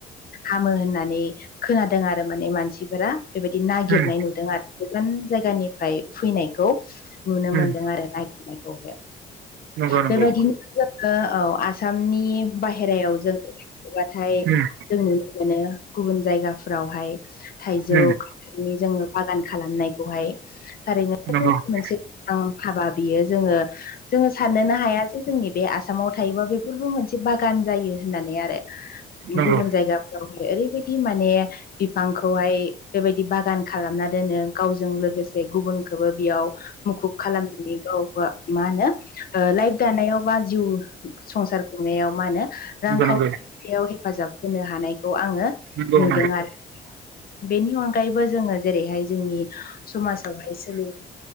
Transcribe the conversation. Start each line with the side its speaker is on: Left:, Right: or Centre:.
Left: हामो होननानै खोनादों आरो माने मानसि फोरा बेबायदि नागिरनाय
Right: उम
Left: नुदों आरो गोजान जायगानिफ्राय फैनायखौ। नुनो
Right: उम
Left: मोनदों आरो नायागिरनायखौहाय
Right: नंगौ नंगौ
Left: बेबायदिनो जोङो औ। आसामनि बाहेरायाव जोङो थोबाथाय
Right: उम
Left: जों नुनो मोनो गुबुन जायगाफोरावहाय थाइजौ
Right: उम
Left: जोङो बागान खालामनायखौहाय थारैनो जोबोद
Right: नंगौ
Left: मोनसे थां हाबा बियो जोङो जोङो साननोनो हाया जे जोंनि बे आसामाव थायोबा बेफोरबो मोनसे बागान जायो होननानै आरो
Right: नंगौ
Left: गुबुन
Right: नंगौ
Left: जायगा ओरैबायदि माने बिफांखौहाय बेबायदि बागान खालामना दोनो गावजों लोगोसे गुबुनखौबो बेयाव मुखुब खालामनाय गाव मा होनो ओ लाइफ दानायाव बा जिउ संसार खुंनायाव मा होनो रांखावरियाव
Right: नंगौ नंगौ
Left: हेफाजाब होनो हानायखौ आङो
Right: नंगौ
Left: नुदों आरो बेनि अनगायैबो जोङो जेरैहाय जोंनि समाजावहाय सोलि